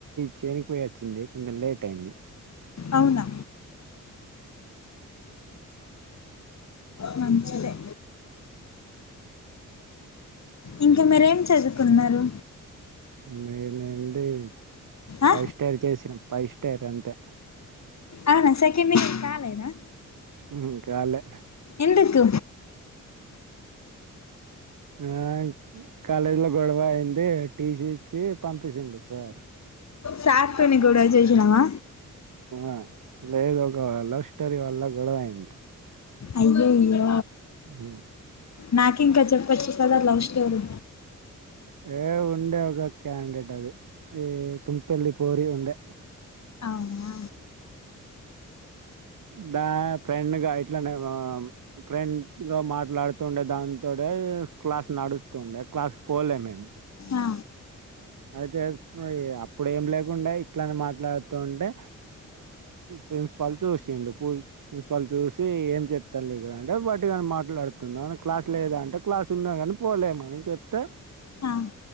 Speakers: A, on the right; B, on the left.
A: చేని. పోయోచ్చింది కొంచెం లేట్ ఇంది.
B: అవునా మంచిదే. ఇంకా మీరేం చదువుకున్నారు.
A: నేనుడి
B: ఆ?
A: ఫైవ్ స్టార్ చేసిన ఫైవ్ స్టార్ అంతే.
B: అవునా సెకండ్ ఇయర్ కాలేదా
A: మ్మ్ కాలే
B: ఎందుకు
A: ఆ కాలేజీ లో గొడవ అయింది టీసీ ఇచ్చి పంపించాడు సార్
B: సార్ తోని గొడవ చేసినవా
A: ఆ లేదు ఒక లవ్ స్టోరీ వల్ల గొడవైంది
B: అయ్యోయ్యో
A: ఉమ్.
B: నాకింకా చప్పొచ్చుకదా లవ్ స్టోరీ
A: ఏ ఉండ్ ఉండే ఒక క్యాండేట్ అది ఈ తుంపెల్లి పోరి ఉండె
B: అవునా
A: మ్మ్ హ్ ఫ్రెండ్గా ఇట్లానే ఫ్రెండ్గా మాట్లాడుతూ ఉండే దాంతో ఇప్పుడే క్లాస్ నడుస్తుండే క్లాస్ పోలే మేము
B: ఆ
A: అయితే అప్పుడు ఏం లేకుండే ఇట్లనే మాట్లాడుతూ ఉంటే ప్రిన్సిపాల్ చూసిండి ప్రిన్సిపాల్ చూసి ఏం చెప్తన్రు ఇక్కడ అంటే ఒట్టి గానే మాట్లాడుతున్నా మన క్లాస్ లేదా అంటే క్లాస్ ఉన్నా కాని పోలేదని చెప్తే
B: ఆ